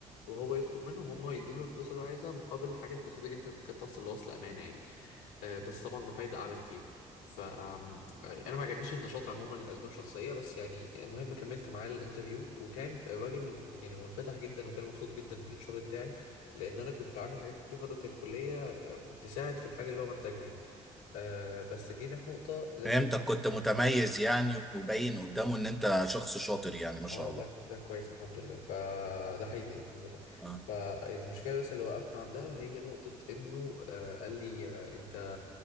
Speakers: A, on the left; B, in the centre.
A: وهو يطلب منهم هم يدوله الفلوس اللي هو عايزها مقابل حاجات بسيطة جدا تكاد تصل لوصل أمانة يعني آه، بس طبعا بفايدة أعلى كتير فأنا ما عجبنيش النشاط عموما لأسباب شخصية بس يعني المهم كملت معاه الانترفيو وكان الراجل يعني منفتح جدا وكان مبسوط جدا بالشغل بتاعي لأن أنا كنت عامل حاجات كتير فترة الكلية آه، تساعد في الحاجة اللي هو محتاجها يعني آه، بس جينا في نقطة زي
B: فهمتك
A: ما تقول
B: كنت متميز يعني وباين قدامه ان انت شخص شاطر يعني ما شاء
A: اه
B: الله
A: ده ده كويس الحمد لله فده حقيقي يعني الحمد لله
B: آه.
A: فالمشكله بس اللي وقفنا عندها هي نقطه انه آه قال لي آه انت